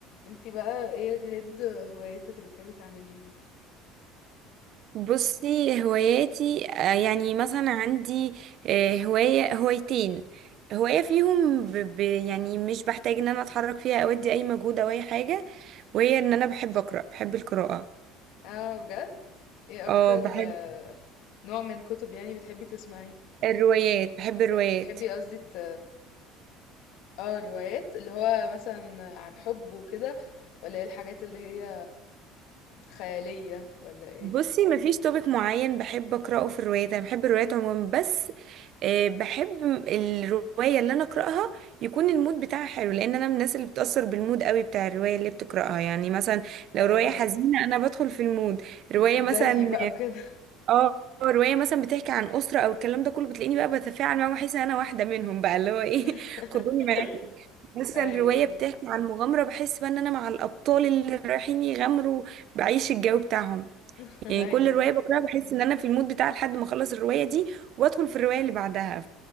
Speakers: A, on the left; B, on the right.
A: انتي بقى ايه يا جهاد هوايتك اللي بتحبي تعمليها
B: بصي هواياتي آه، يعني مثلا عندي آه، هواية هوايتين هواية فيهم ب... ب... يعني مش بحتاج ان انا اتحرك فيها او ادي اي مجهود او اي حاجة وهي ان انا بحب اقرأ بحب القراءة
A: اه بجد ايه اكتر
B: اه بحب
A: آه، نوع من كتب يعني بتحبي تسمعيه
B: الروايات بحب الروايات
A: بتحبي قصدي ت... اه روايات اللي هو مثلا عن حب وكده ولا ايه الحاجات اللي هي خيالية ولا ايه
B: بصي مفيش توبيك معين بحب اقراه في الروايات انا بحب الروايات عموما بس آه، بحب الروايه اللي انا اقراها يكون المود بتاعها حلو لان انا من الناس اللي بتاثر بالمود قوي بتاع الروايه اللي بتقراها يعني مثلا
A: اه
B: لو روايه حزينه انا بدخل في المود روايه
A: بتتضايقي
B: مثلا
A: بقى وكده
B: اه روايه مثلا بتحكي عن اسره او الكلام ده كله بتلاقيني بقى بتفاعل معاهم واحس ان انا واحده منهم بقى اللي هو ايه
A: <laughs>
B: <laughs> خدوني معاكم مثلا
A: ايوه
B: روايه
A: اه
B: بتحكي عن مغامره بحس بقى ان انا مع الابطال اللي رايحين يغامروا بعيش الجو بتاعهم
A: <laughs>
B: يعني
A: ايوه
B: كل رواية بقراها بحس ان انا في المود بتاع لحد ما اخلص الرواية دي وادخل في الرواية اللي بعدها